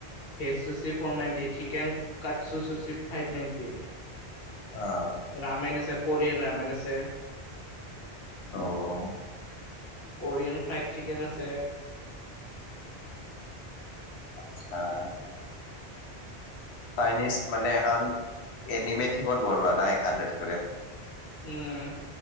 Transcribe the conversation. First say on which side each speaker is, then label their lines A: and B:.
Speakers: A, on the left; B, on the left.
A: ভেজ আছে ফ'ৰ নাইণ্টি, চিকেন কাট চুচুছে, ফাইভ নাইণ্টি
B: অ'।
A: ৰামেন আছে। কোৰিয়ান ৰামেণ আছে।
B: অ'।
A: কোৰিয়ান ফ্ৰাইড চিকেন আছে
B: হয়। চাইনিজ মানে এখন এনিমেথিপত বনোৱা না, এখন ৰেষ্টুৰেট
A: উম্।